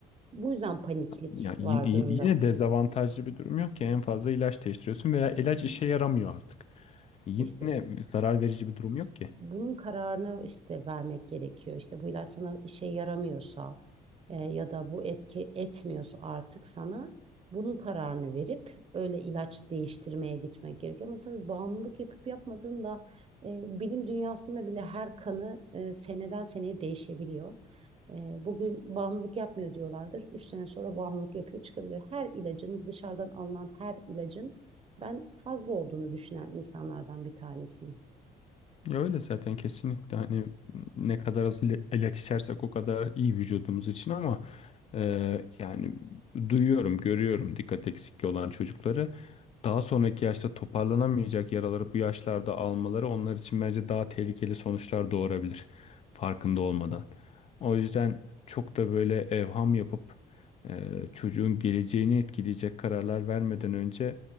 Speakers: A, on the right (about 35°); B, on the left (about 40°).
A: Bu yüzden paniklik
B: Ya y-
A: var durumda.
B: y- yine dezavantajlı bir durum yok ki en fazla ilaç değiştiriyorsun veya ilaç işe yaramıyor artık. Yine
A: İşte
B: zarar verici bir durum yok ki.
A: bunun kararını işte vermek gerekiyor. İşte bu ilaç sana işe yaramıyorsa e, ya da bu etki etmiyorsa artık sana bunun kararını verip öyle ilaç değiştirmeye gitmek gerekiyor. Ama tabii bağımlılık yapıp yapmadığında e, bilim dünyasında bile her kanı e, seneden seneye değişebiliyor. E, bugün bağımlılık yapmıyor diyorlardır. Üç sene sonra bağımlılık yapıyor çıkabilir. Her ilacın dışarıdan alınan her ilacın ben fazla olduğunu düşünen insanlardan bir tanesiyim.
B: Ya öyle zaten kesinlikle hani ne kadar az ila- ilaç içersek o kadar iyi vücudumuz için ama e, yani duyuyorum, görüyorum dikkat eksikliği olan çocukları daha sonraki yaşta toparlanamayacak yaraları bu yaşlarda almaları onlar için bence daha tehlikeli sonuçlar doğurabilir farkında olmadan. O yüzden çok da böyle evham yapıp e, çocuğun geleceğini etkileyecek kararlar vermeden önce